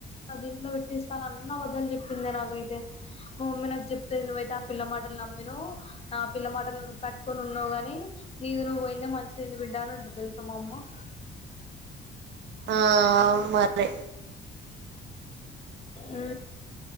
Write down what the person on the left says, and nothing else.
దీంట్లో పెట్టిస్తాను అన్ని అబద్ధాలు చెప్పిందే నాకైతే మా మమ్మీ నాకు చెప్తేది నువ్వైతే ఆ పిల్ల మాటలు నమ్మినావు ఆ పిల్ల మాటలు పెట్టుకొని ఉన్నావు గాని నీది నువ్వు పోయిందే మంచిదయింది బిడ్డా అని అంటది తెల్సా మా అమ్మ
ఆ